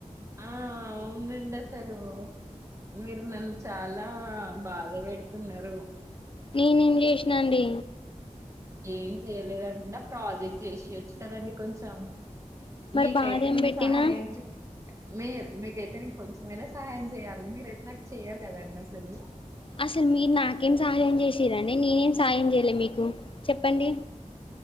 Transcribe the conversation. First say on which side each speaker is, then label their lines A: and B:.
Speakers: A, on the right; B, on the left.
A: ఆ అవునండి అసలు మీరు నన్ను చాలా బాధ పెడుతున్నారు
B: నినేమ్ చేసినా అండి
A: ఏం చేయలేదన్న ప్రాజెక్ట్ చేసి వచ్చుతారండి కొంచెం
B: మరి
A: మీకైతే
B: బాధ ఏం
A: మీమ్
B: పెట్టినా
A: సహాయం చే మీరు మీకైతే నేను కొంచమైనా సహాయం చేయాలి మీరయితే నాకు చెయ్యరు కదండి అసలు.
B: అసలు మీరు నాకేం సహాయం చేసిరండి నినేమ్ సహాయం చేయ్యలే మీకు. చెప్పండి